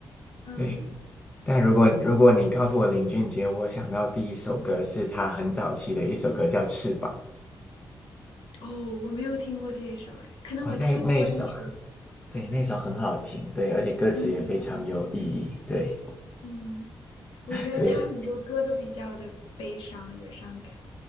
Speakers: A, on the left (about 80°); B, on the left (about 15°).
A: 嗯，
B: 对，但如果如果你告诉我林俊杰，我想到第一首歌是他很早期的一首歌叫《翅膀》
A: 哦，我没有听过这一首，哎，可能我听过，
B: 啊、哦那那首
A: 但是，
B: 对那首很好听，对，而且歌词也非常有意义，
A: 嗯
B: 对，
A: 嗯，我觉得他很多歌都比较的悲伤，
B: 所以
A: 就伤感。